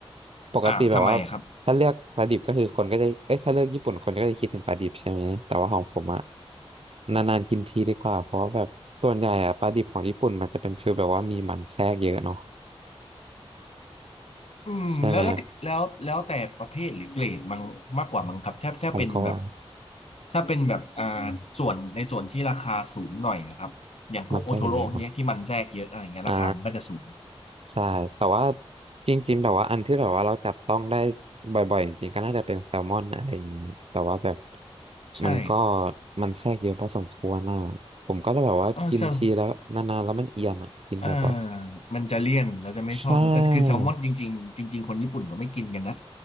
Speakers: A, on the right; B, on the left.
A: ปกติแบบว่า
B: อ่าทำไมอะครับ
A: ถ้าเลือกปลาดิบก็คือคนก็จะเอ้ยถ้าเลือกญี่ปุ่นคนก็จะคิดถึงปลาดิบใช่ไหมแต่ว่าของผมอะนานๆกินทีดีกว่าเพราะว่าแบบส่วนใหญ่อะปลาดิบของญี่ปุ่นมันจะเป็นฟีลแบบว่ามีมันแทรกเยอะเนาะ
B: อืมแล้วแล้วแล้วแล้วแต่ประเภทหรือเกรดมังมากกว่ามั้งครับถ้าถ้าเป็นแบบ
A: ใช่ไหมผมก็ว่า
B: ถ้าเป็นแบบอ่าส่วนในส่วนที่ราคาสูงหน่อยอะครับอย่างพวกโอโทโร่เนี้ยที่มันแทรกเยอะอะไรเงี้ยราคามันก็จะสูง
A: มันก็จะเยอะเนาะอ่า ใช่แต่ว่าจริงๆแบบว่าอันที่แบบว่าเราจับต้องได้บ่อยๆจริงๆก็น่าจะเป็นแซลมอนอะไรอย่างนี้แต่ว่าแบบ
B: ใช่
A: มันก็มันแทรกเยอะพอสมควรอ่ะผมก็เลยแบบว่ากินทีแล้วนานๆแล้วมันเอียนอ่ะกินบ่อย
B: เออเซลเออมันจะเลี่ยนแล้วจะไม่ชอบแล้วแต่คือแซลมอนจริงๆจริงๆคนญี่ปุ่นก็ไม่กินกันนะ
A: ๆใช่